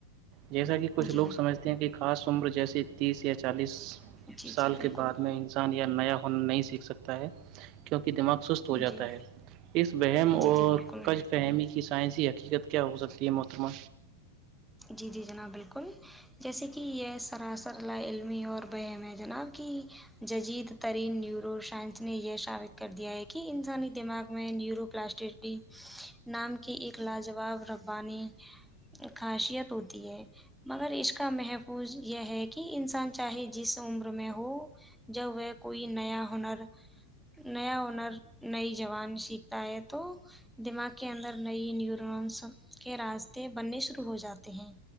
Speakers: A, on the right; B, in the centre.
A: جیسا کہ کچھ
B: جی
A: لوگ سمجھتے ہیں کہ خاص عمر جیسیے تیس یا چالیس
B: جی جی
A: سال
B: بالکل
A: کے بعد میں انسان یعنی نیا فن نہیں سیکھ سکتا ہے کیونکہ دماغ سست ہو
B: جی
A: جاتا ہے اس وہم اور
B: جی جی بالکل
A: کج فہمی کی سائنسی حقیقت کیا ہو سکتی ہے محترمہ
B: جی جی جناب بالکل جیسے کہ یہ سراسر لا علمی اور وہم ہے جناب کی جدید ترین نیورو سائنس نے یہ ثابت کر دیا ہے کہ انسانی دماغ میں نیورو پلاسٹٹی نام کی ایک لاجواب ربانی خاصیت ہوتی ہے مگر اس کا محفوظ یہ ہے کہ انسان چاہے جس عمر میں ہو جب وہ کوئی نیا ہنر نیا ہنر نئی زبان سیکھتا ہے تو دماغ کے اندر نئی نیورونس سب کے راستے بننے شروع ہو جاتے ہیں